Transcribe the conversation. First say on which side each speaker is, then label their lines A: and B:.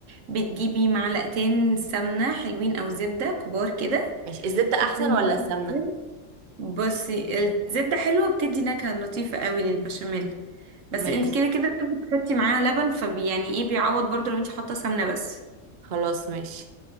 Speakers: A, on the right; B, on the right.
A: بتجيبي معلقتين سمنه حلوين او زبده كبار كده
B: ماشي الزبدة
A: تحطيهم
B: احسن ولا
A: برضه
B: السمنة
A: في الفرن. بصي الزبده حلوه بتدي نكهه لطيفه قوي للبشاميل بس
B: ماشي
A: انت كده كده بتحطي معاها لبن فبي يعني ايه بيعوض برضه لو انت حاطه سمنه بس
B: خلاص ماشي